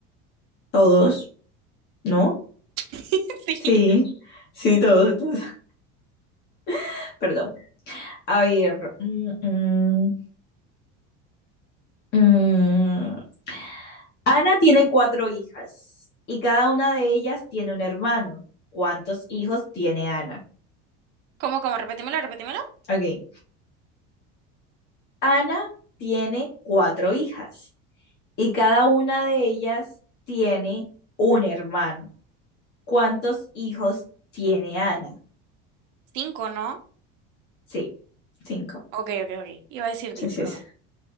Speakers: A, on the left; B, on the right.
A: Todos, ¿no?
B: <laughs> Sí.
A: Sí, sí, todos, todos. <laughs> Perdón. A ver. mm, mm, mm. Ana tiene cuatro hijas y cada una de ellas tiene un hermano. ¿Cuántos hijos tiene Ana?
B: ¿Cómo, cómo? Repetímelo, repetímelo.
A: Ok. Ana tiene cuatro hijas y cada una de ellas tiene un hermano. ¿Cuántos hijos tiene Ana?
B: Cinco, ¿no?
A: Sí, cinco.
B: Ok, ok, ok. Iba a decir
A: Sí,
B: 10,
A: sí,
B: pero
A: sí.
B: no.